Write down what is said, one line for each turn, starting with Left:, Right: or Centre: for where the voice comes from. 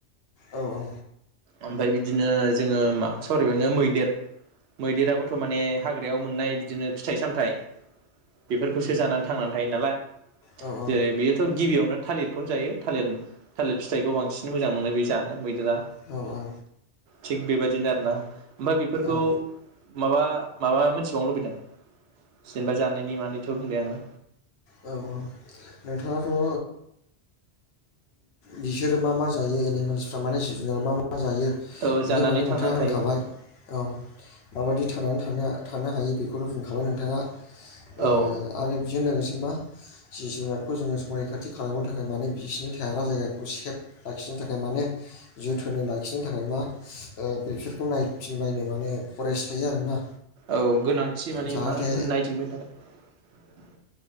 Left: औ औ।
Right: ओमफ्राय बिदिनो जोङो माखौ सावरायगोननो मैदेर मैदेराबोथ' माने हाग्रायाव मोन नाय बिदिनो फिथाइ सामथाइ बेफोरखौसो जानानै थांना थायो नालाय
Left: औ औ।
Right: जेरै बेयोथ' गिबियावनो थालिरखौनो जायो। थालिर थालिर फिथाइखौ बांसिन मोजां मोनो बे जानो मैदेरा
Left: औ औ
Right: थिग बेबायदिनो आरो ना ओमफ्राय बेफोरखौ
Left: औ
Right: माबा माबा मोनथिबावनो लुबैदों? जेनेबा जानायनि मानिथ' बुंबाय आङो।
Left: औ औ नोंथाङाथ' ओ बिसोरो मा मा जायो एनि फ्रा माने जिब जुनार मा मा जायो
Right: औ
Left: बिनि
Right: जानानै
Left: बागै नोंथाङा
Right: थांनानै
Left: होनखाबाय
Right: थायोमोन
Left: औ माबायदि थानानै थानो हायो बेखौनो बुंखाबाय नोंथाङा ओ
Right: औ
Left: आरो <unintelligible> मा जिब जुनारखौ जोङो संरैखाथि खालामनो थाखाय मानो बिसिरनि थाग्रा जायगाखौ सेब लाखिनो थाखाय मानो जोथोनै लाखिनो थाखाय मा बेसफोरखौ नायफिनबायनो मानोे फरेस्ट थायो आरोना।
Right: औ गोनांथि माने
Left: जाहाथे
Right: मा होन नायजों बेनि थाखाय।